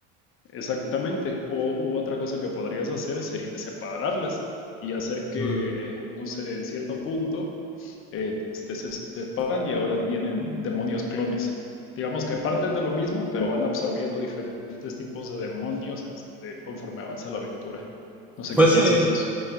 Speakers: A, on the left (about 35°); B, in the centre.
A: Exactamente. O, u otra cosa que podrías hacer sería separarlas y hacer que,
B: Mm.
A: no sé, en cierto punto, eh, este, se separan y ahora tienen demonios clones. Digamos que parten de lo mismo, pero van absorbiendo diferentes tipos de demonios, este, conforme avanza la aventura. No sé
B: Pues
A: qué piensas
B: sí,
A: de eso.